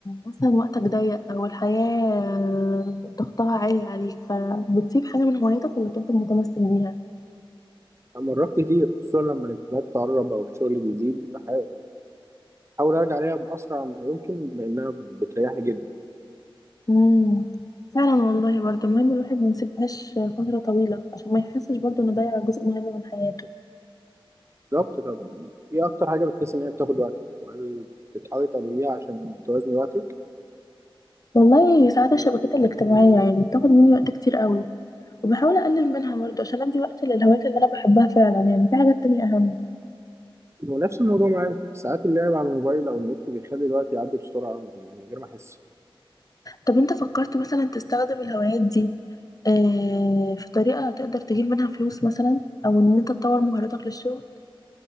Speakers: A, on the left; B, on the right.
A: مثلا وقتك ضيق أو الحياة آه، ضغطها عالي عليك فبتسيب حاجة من هوايتك ولا بتفضل متمسك بيها؟
B: أنا مرات كتير خصوصا لما الامتحانات تقرب او الشغل بيزيد بح- بحاول ارجع ليها باسرع ما يمكن لانها بتريحني جدا
A: امم فعلا والله برضه المهم الواحد ما يسيبهاش فترة طويلة عشان ما يحسش برضه انه ضيع جزء مهم من حياته
B: بالظبط طب ايه اكتر حاجه بتحس ان هي بتاخد وقتك وهل بتحاولي تعمليها عشان توازني وقتك
A: والله ساعات الشبكات الاجتماعية يعني بتاخد مني وقت كتير قوي وبحاول اقلل منها برضه عشان ادي وقت للهوايات اللي انا بحبها فعلا يعني في حاجات تانية اهم
B: ونفس الموضوع معايا ساعات اللعب على الموبايل او النت بيخلي الوقت يعدي بسرعه من من غير ما احس
A: طب انت فكرت مثلا تستخدم الهوايات دي آه في طريقة تقدر تجيب منها فلوس مثلا او ان انت تطور مهاراتك للشغل